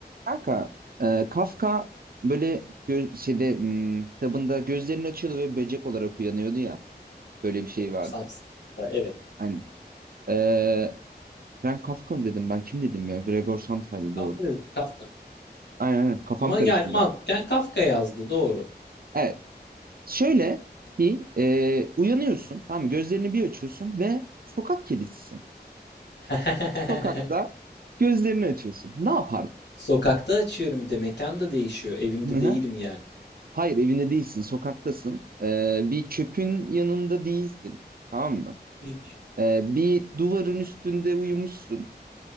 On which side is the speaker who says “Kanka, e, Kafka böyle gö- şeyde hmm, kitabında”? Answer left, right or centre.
Right